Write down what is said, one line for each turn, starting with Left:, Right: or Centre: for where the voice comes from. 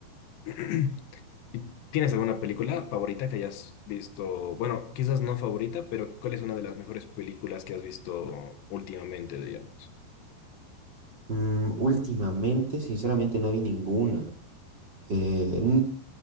Left: <clears throat> ¿Y ¿Tienes alguna película favorita que hayas visto? Bueno, quizás no favorita, pero ¿cuál es una de las mejores películas que has visto últimamente, digamos?
Right: Mm, últimamente, sinceramente, no vi ninguna. Eh,